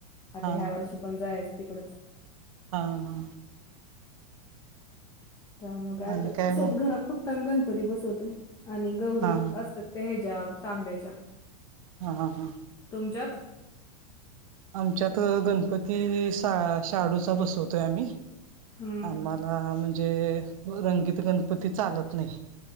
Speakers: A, on the left (about 15°); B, on the right (about 55°).
A: आता
B: हा
A: ह्या वर्षी पण जायचं तिकडचं.
B: हा हा.
A: त्या मुळं काय
B: आणि
A: गं स्वत
B: मग
A: घरात फक्त आम्ही गणपती बसवत आणि गौरी
B: हा
A: असतात त्या हेज्या तांब्याच्या.
B: हा हा.
A: तुमच्यात?
B: आमच्यात गणपती श शाहाडूचा बसवतोय आम्ही,
A: हम्म.
B: आम <unintelligible> म्हणजे रंगीत गणपती चालत नाही